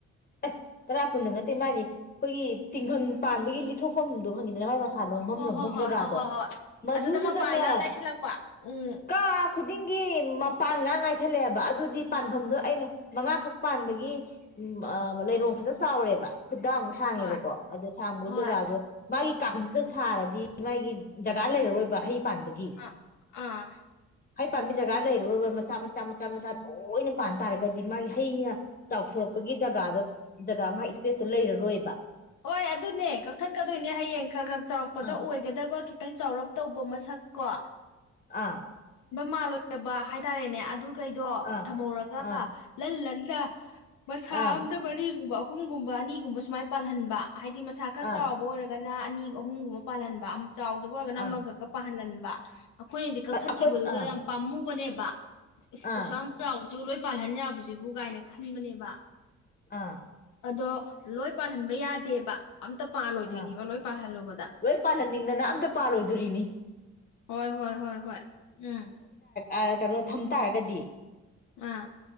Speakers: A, on the left; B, on the left.
A: ꯑꯁ ꯇꯔꯥ ꯀꯨꯟꯗ ꯅꯠꯇꯦ ꯃꯥꯗꯤ ꯑꯩꯈꯣꯏꯒꯤ ꯇꯤꯡꯈꯪ ꯄꯥꯟꯕꯒꯤ ꯂꯤꯊꯣꯛꯐꯝ ꯈꯪꯉꯤꯗꯅ ꯃꯥꯏ ꯃꯁꯥ ꯂꯣꯡꯐꯝ
B: ꯍꯣꯏ
A: ꯂꯣꯡꯐꯝ
B: ꯍꯣꯏ ꯍꯣꯏ
A: ꯖꯒꯥꯗꯣ
B: ꯍꯣꯏ ꯍꯣꯏ ꯍꯣꯏ
A: ꯃꯗꯨ
B: ꯑꯗꯨꯗ
A: ꯗꯨꯗꯅꯦ
B: ꯃꯄꯥꯟꯒ ꯉꯥꯏꯁꯤꯜꯂꯛꯄ ꯎꯝ
A: ꯀꯥ ꯈꯨꯗꯤꯡꯒꯤ ꯃꯄꯥꯟ ꯉꯥꯛ ꯉꯥꯏ ꯁꯜꯂꯛ ꯑꯦꯕ ꯑꯗꯨꯗꯤ ꯄꯥꯟꯐꯝꯗꯣ ꯑꯩꯅ ꯃꯉꯥꯈꯛ ꯄꯥꯟꯕꯒꯤ ꯎꯝ ꯂꯩꯔꯣꯡ ꯐꯖꯟꯅ ꯆꯥꯎꯔꯦꯕ ꯈꯨꯠꯗ ꯃꯨꯛ ꯁꯥꯡ ꯉꯦꯕꯀꯣ
B: ꯍꯣꯏ
A: ꯑꯗꯣ ꯁꯥꯡꯕꯒꯤ
B: ꯍꯣꯏ
A: ꯖꯒꯥꯗꯣ ꯃꯥꯒꯤ ꯀꯥꯞꯗꯨꯗ ꯁꯥꯔꯗꯤ ꯃꯥꯒꯤ ꯖꯒꯥ ꯂꯩꯔ ꯔꯣꯏꯕ ꯍꯩ ꯄꯥꯟꯕꯒꯤ
B: ꯑ ꯑꯥ
A: ꯍꯩ ꯄꯥꯟꯕꯤ ꯖꯒꯥ ꯂꯩꯔ ꯔꯣꯏ ꯃꯆꯥ ꯃꯆꯥ ꯃꯆꯥ ꯃꯆꯥ ꯂꯣꯏꯅ ꯄꯥꯟ ꯇꯥꯔꯒꯗꯤ ꯃꯥꯒꯤ ꯍꯩꯅꯤꯅ ꯆꯥꯎꯊꯣꯔꯛꯄ <unintelligible> ꯖꯒꯥ ꯖꯒꯥꯗꯣ ꯃꯥꯏ ꯏꯁꯄꯦꯁꯇꯣ ꯂꯩꯔ ꯔꯣꯏꯕ
B: ꯍꯣꯏ ꯑꯗꯨꯅꯦ ꯀꯛꯊꯠ ꯀꯗꯣꯏꯅꯦ ꯍꯩꯌꯦꯡ ꯈꯔ ꯈꯔ ꯆꯥꯎꯔꯛꯄꯗ
A: ꯑꯥ
B: ꯑꯣꯏꯒꯗꯕ ꯈꯤꯇꯪ ꯆꯥꯎꯔꯞ ꯇꯧꯕ ꯃꯁꯛ ꯀꯣ
A: ꯑꯥ
B: ꯃꯥꯜ ꯂꯣꯏꯗꯕ ꯍꯥꯏꯇꯥꯔꯦꯅꯦ ꯑꯗꯨꯒꯤ ꯀꯩꯗꯣ
A: ꯑꯥ
B: ꯊꯝꯍꯧꯔꯒ
A: ꯑꯥ
B: ꯂꯟ ꯂꯟ ꯗ ꯃꯁꯥ
A: ꯑꯥ
B: ꯑꯝꯗ ꯃꯔꯤꯒꯨꯝꯕ ꯑꯍꯨꯝꯒꯨꯝꯕ ꯑꯅꯤꯒꯨꯝꯕ ꯁꯨꯃꯥꯏꯅ ꯃꯥꯥꯜꯍꯟꯕ ꯍꯥꯏꯗꯤ ꯃꯁꯥ ꯈꯔ
A: ꯑꯥ
B: ꯆꯥꯎꯕ ꯑꯣꯏꯔꯒ ꯒꯅ ꯑꯅꯤ ꯑꯍꯨꯝꯒꯨꯝꯕ ꯄꯥꯜꯍꯟꯕ ꯆꯥꯎꯗꯕ ꯑꯣꯏꯔꯒꯅ
A: ꯑꯥ
B: ꯑꯃꯈꯛꯀ ꯄꯥꯍꯜꯍꯟꯕ ꯑꯩꯈꯣꯏꯅꯗꯤ ꯀꯛꯊꯠꯈꯤꯕꯗꯨꯗ
A: ꯑꯩꯈꯣꯏ ꯑꯥ
B: ꯌꯥꯝ ꯄꯥꯝꯃꯨꯕꯅꯦꯕ <inaudible> ꯏꯁ
A: ꯑꯥ
B: ꯑꯁꯨꯛꯌꯥꯝ ꯆꯥꯎ ꯨ ꯂꯣꯏ ꯄꯥꯜꯍꯟ ꯌꯥꯕꯁꯤꯕꯨ ꯀꯥꯏꯅ ꯈꯟꯕꯅꯦꯕ
A: ꯑꯥ
B: ꯑꯗꯣ ꯂꯣꯏ ꯄꯥꯜꯍꯟꯕ ꯌꯥꯗꯦꯕ ꯑꯝꯇ ꯄꯥꯜꯂꯣꯏꯗꯣꯏꯅꯦꯕ
A: ꯑꯥ
B: ꯂꯣꯏ ꯄꯥꯜꯍꯜꯂꯨꯕꯗ
A: ꯂꯣꯏ ꯄꯥꯜꯍꯟꯅꯤꯡꯗꯅ ꯑꯝꯇ ꯄꯥꯜꯂꯣꯏꯗꯧꯔꯤꯅꯤ
B: ꯍꯣꯏ ꯍꯣꯏ ꯍꯣꯏ ꯍꯣꯏ ꯎꯝ
A: ꯑꯥ ꯀꯩꯅꯣ ꯊꯝ ꯇꯥꯔꯒꯗꯤ
B: ꯑꯥ